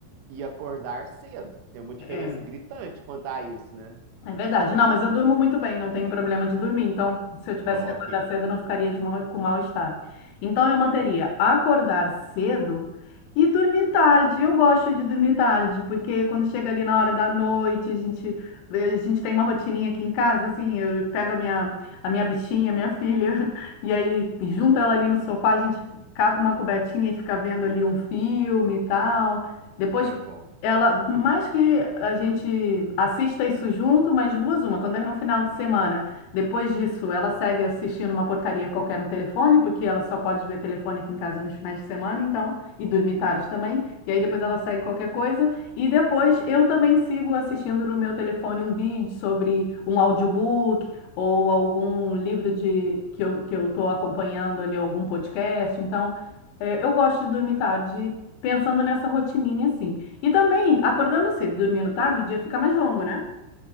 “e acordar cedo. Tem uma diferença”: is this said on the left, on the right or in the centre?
Right